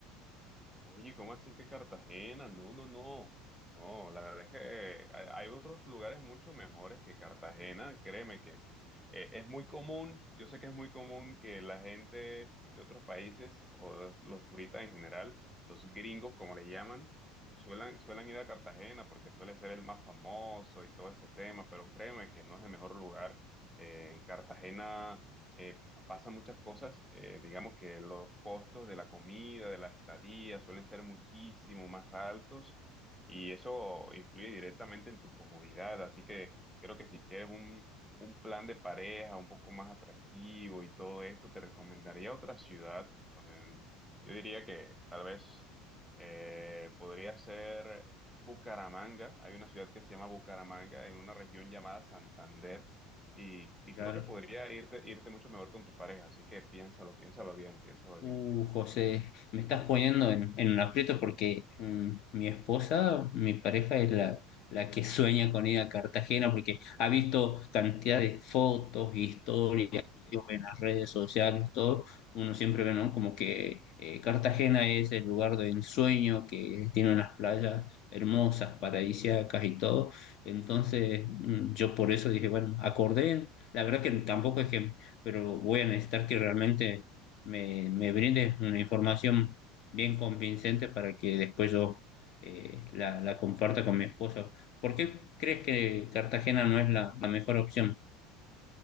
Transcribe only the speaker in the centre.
Oye, ¿cómo así que Cartagena? No, no, no. No, la verdad es que hay hay otros lugares mucho mejores que Cartagena. Créeme que eh, es muy común, yo sé que es muy común que la gente de otros países o de- los turistas en general, los gringos como le llaman, suelen, suelen ir a Cartagena porque suele ser el más famoso y todo ese tema, pero créeme que no es el mejor lugar. Eh, Cartagena eh, pasan muchas cosas, eh, digamos que los costos de la comida, de la estadía, suelen ser muchísimo más altos y eso influye directamente en tu comodidad. Así que creo que si quieres un, un plan de pareja un poco más atractivo y todo esto, te recomendaría otra ciudad. Em, yo diría que tal vez eh, podría ser Bucaramanga. Hay una ciudad que se llama Bucaramanga en una región llamada Santander y, y
creo que podría irte, irte mucho mejor con tu pareja, así que piénsalo, piénsalo bien, piénsalo bien.